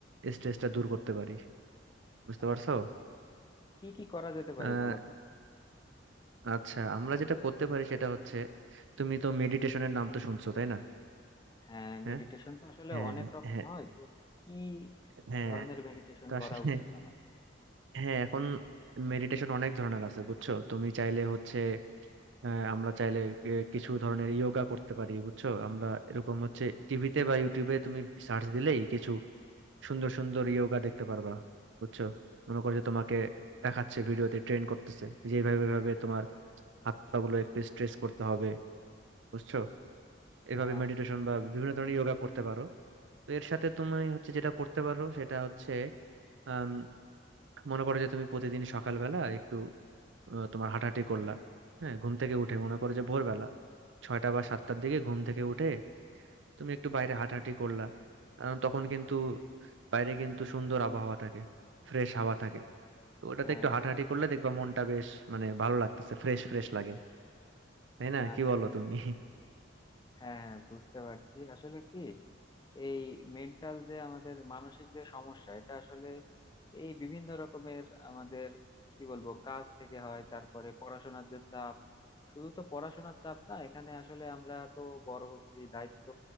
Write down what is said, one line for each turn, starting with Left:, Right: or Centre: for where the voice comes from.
Right: স্ট্রেসটা দূর করতে পারি বুঝতে পারছো
Left: আচ্ছা আচ্ছা কি কি করা যেতে পারে
Right: আহ
Left: বলো তো
Right: আচ্ছা আমরা যেটা করতে পারি সেটা হচ্ছে তুমি তো মেডিটেশনের নাম তো শুনছো তাই না
Left: হ্যাঁ
Right: হ্যাঁ
Left: মেডিটেশন তো আসলে
Right: হ্যাঁ
Left: অনেক রকম
Right: হ্যাঁ
Left: হয় তো কি
Right: হ্যাঁ
Left: ধরনের মেডিটেশন
Right: তো আসলে
Left: করা উচিত আমার
Right: হ্যাঁ এখন মেডিটেশন অনেক ধরনের আছে বুঝছো তুমি চাইলে হচ্ছে হ্যাঁ আমরা চাইলে এ, কিছু ধরনের যোগা করতে পারি বুঝছো আমরা এরকম হচ্ছে টিভিতে বা ইউটিউবে তুমি সার্চ দিলেই কিছু সুন্দর সুন্দর যোগা দেখতে পারবা বুঝছো মনে করো যে তোমাকে দেখাচ্ছে ভিডিওতে ট্রেন করতেছে যে এইভাবে এইভাবে তোমার হাত পা গুলো একটু স্ট্রেস করতে হবে বুঝছো এভাবে
Left: আচ্ছা
Right: মেডিটেশন
Left: বুঝতে
Right: বা
Left: পারছি
Right: বিভিন্ন ধরনের যোগা করতে পারো তো এর সাথে তুমি হচ্ছে যেটা করতে পারো সেটা হচ্ছে আম, মনে করো যে তুমি প্রতিদিন সকালবেলা একটু আহ, তোমার হাঁটাহাঁটি করলা হ্যাঁ ঘুম থেকে উঠে মনে করো যে ভোরবেলা ছয়টা বা সাতটার দিকে ঘুম থেকে উঠে তুমি একটু বাইরে হাঁটাহাঁটি করলা কারণ তখন কিন্তু বাইরে কিন্তু সুন্দর আবহাওয়া থাকে ফ্রেশ হাওয়া থাকে তো ওটাতে
Left: হ্যাঁ
Right: একটু হাঁটাহাঁটি করলে দেখবা মনটা বেশ মানে ভালো লাগতেছে ফ্রেশ ফ্রেশ লাগে তাই না
Left: আচ্ছা
Right: কি বলো
Left: বুঝ-
Right: তুমি
Left: হ্যাঁ হ্যাঁ বুঝতে পারছি আসলে কি এই মেন্টাল যে আমাদের মানসিক যে সমস্যা এটা আসলে এই বিভিন্ন রকমের আমাদের কি বলবো কাজ থেকে হয় তারপরে পড়াশোনার যে চাপ শুধু তো পড়াশোনার চাপ না এখানে আসলে আমরা তো বড় হচ্ছি দায়িত্ব